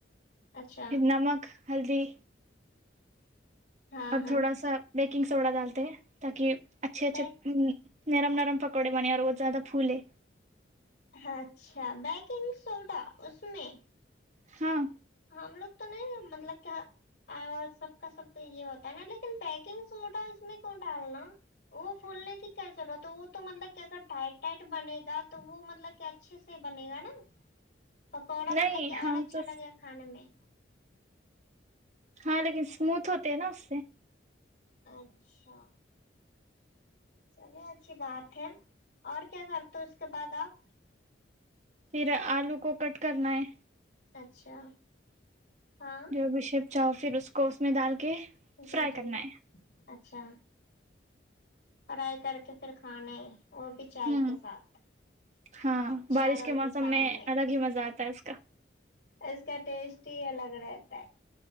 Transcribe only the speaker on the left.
اچھا
ہاں
ہاں
بیک
اچھا بیکنگ سوڈا اس میں
ہم لوگ تو نہیں مطلب کہ سب کا سب کا یہ ہوتا ہے نا لیکن بیکنگ سوڈا اس میں کووں ڈالنا وہ پھولنے کی کیا ضرورت ہے وہ تو مطلب کہ اگر ٹائٹ ٹائٹ بنے گا تو وہ مطلب کہ اچھے سے بنے گا نا پکوڑا
مطلب کہ اور
اچھا
لگے گا میں
اچھا چلیے اچھی بات ہے اور کیا کرتے اس کے بعد آپ
اچھا ہاں
جی
جی
اچھا فرائی کر کے پھر کھانا ہے وہ بھی چائے
کے ساتھ
چار
بجے
شام میں
اس کا ٹیسٹ یہ الگ رہتا ہے